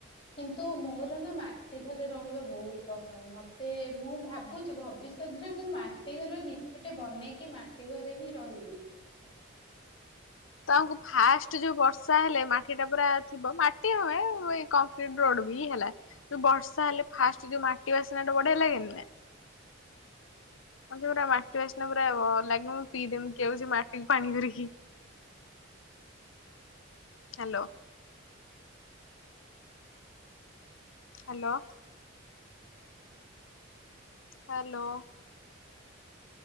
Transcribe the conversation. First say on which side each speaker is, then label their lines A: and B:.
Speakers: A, on the left; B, on the left.
A: କିନ୍ତୁ ମୋର ନା ମାଟି ଘରେ ରହିବା ବହୁତ ପସନ୍ଦ ମତେ ମୁଁ ଭାବୁଛି ଭବିଷ୍ ସେଥିରେ ମୁଁ ମାଟି ଘର ନି ଗୋଟେ ବନେଇକି ମାଟି ଘରେ ହିଁ ରହିବି।
B: ତଙ୍କୁ ଫାଷ୍ଟ ଯୋଉ ବର୍ଷା ହେଲେ ମାଟି ଟା ପୁରା ଥିବ ମାଟି ହମେ କଂକ୍ରିଟ ରୋଡ ବି ହେଲା ଯୋଉ ବର୍ଷା ହେଲେ ଫାଷ୍ଟ ଯୋଉ ମାଟି ବାସ୍ନା ଟା ବଢିଆ ଲାଗେନିନା। ମତେ ପୁରା ମାଟି ବାସ୍ନା ପୁରା ଲାଗିବ ମୁଁ ପିଇଦେମି କି ଆଉଛି ମାଟିକୁ ପାଣି କରିକି। ହ୍ୟାଲୋ। ହ୍ୟାଲୋ। ହ୍ୟାଲୋ।